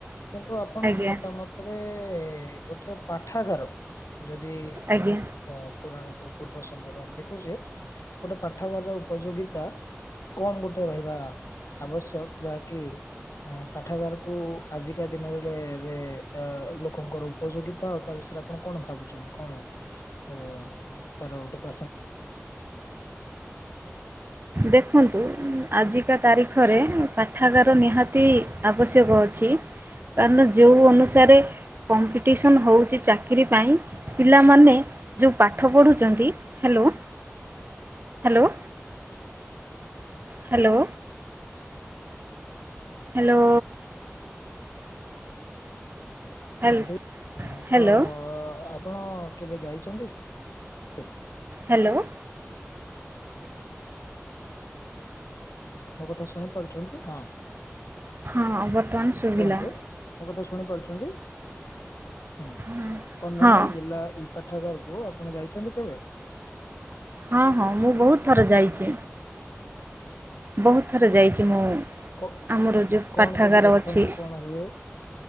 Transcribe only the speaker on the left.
କିନ୍ତୁ ଆପଣଙ୍କ
ମତାମତ ତେବେ ଗୋଟେ ପାଠାଗାର ଯଦି
ହଁ ପୁରାଣ ପୁ ପୂର୍ବ ସମୟରେ ଆମେ ଦେଖୁଛେ ଗୋଟେ ପାଠାଗାରର ଉପଯୋଗିତା କଣ ଗୋଟେ ରହିବା ଆବଶ୍ୟକ ଯାହାକି ଆଁ ପାଠାଗାରକୁ ଆଜି ଜିକା ଦିନରେ ଅ ଲୋକଙ୍କର ଉପଯୋଗିତା ଆଉ ତା ବିଷୟରେ ଆପଣ କଣ ଭାବୁଛନ୍ତି କଣ? ଅ ତାର ଗୋଟେ ପ୍ରାସଙ୍ଗ
ତିଆରି ହେଇ ଉଁ
ତ ଆପଣ କେବେ ଯାଇଛନ୍ତି ସେ?
ମୋ କଥା ଶୁଣି ପାରୁଛନ୍ତି? ହଁ।
କୁହନ୍ତୁ ମୋ କଥା ଶୁଣି ପାରୁଛନ୍ତି? ହୁଁ
କନ୍ଧମାଳ
ଜିଲ୍ଲା ଇ ପାଠାଗାରକୁ ଆପଣ ଯାଇଛନ୍ତି କେବେ?
ଆଚ୍ଛା
କ
କଣ
ସେଠି ଦେଖନ୍ତି
କଣ ହୁଏ